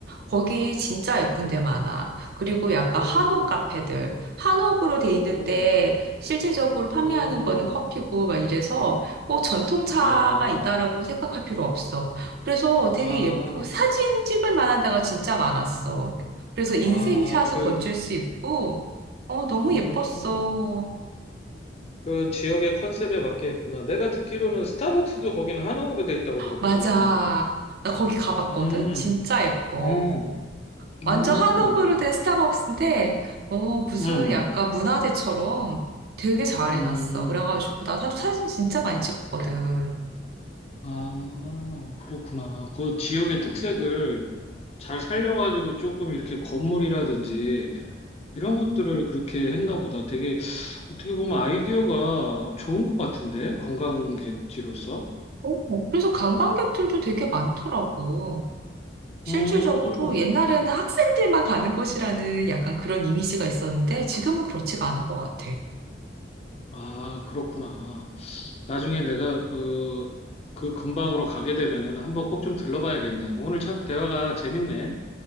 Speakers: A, on the right (about 55°); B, on the left (about 35°).
A: 거기 진짜 예쁜 데 많아. 그리고 약간
B: 음,
A: 한옥 카페들. 한옥으로 돼 있는데
B: 음,
A: 실질적으로 판매하는
B: 음.
A: 거는 커피고 막 이래서 꼭 전통차만
B: 아,
A: 있다라고 생각할 필요 없어. 그래서 되게
B: 아,
A: 예쁘고 사진 찍을 만한 데가 진짜 많았어. 그래서 인생샷을
B: 아, 그,
A: 건질 수 있고, 어, 너무
B: 음,
A: 예뻤어.
B: 그 지역의 컨셉에 맞게 했구나. 내가 듣기로는 스타벅스도 거기는 한옥으로 돼 있다고 들었거든.
A: 맞아. 나 거기 가봤거든?
B: 음,
A: 진짜 예뻐.
B: 어,
A: 완전
B: 음,
A: 한옥으로 된 스타벅스인데, 어, 무슨
B: 음,
A: 약간 문화재처럼 되게 잘
B: 음.
A: 해놨어. 그래가지고, 나 사- 사진 진짜 많이 찍었거든.
B: 아, 그렇구나. 그 지역의 특색을 잘 살려가지고 조금 이렇게 건물이라든지 이런 것들을 그렇게 했나 보다. 되게 어떻게 보면 아이디어가 좋은 것 같은데, 관광객지로서.
A: 어, 그래서 관광객들도 되게 많더라고. 실질적으로
B: 음,
A: 옛날에는 학생들만 가는 곳이라는 약간 그런 이미지가 있었는데, 지금은 그렇지가 않은 것 같아.
B: 아, 그렇구나. 나중에 내가 그, 그 근방으로 가게 되면은 한번 꼭 좀 들러봐야겠네. 오늘 참 대화가 재밌네.